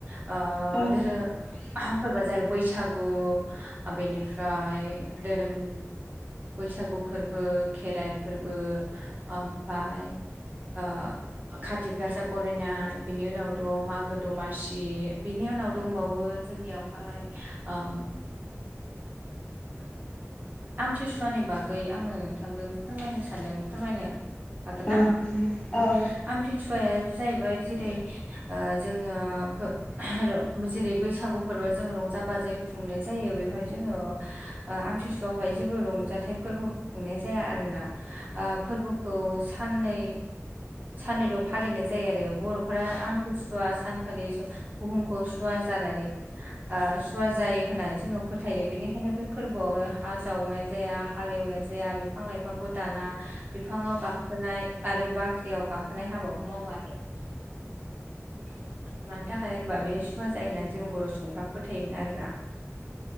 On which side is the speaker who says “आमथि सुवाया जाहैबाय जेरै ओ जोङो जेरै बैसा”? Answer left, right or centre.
Right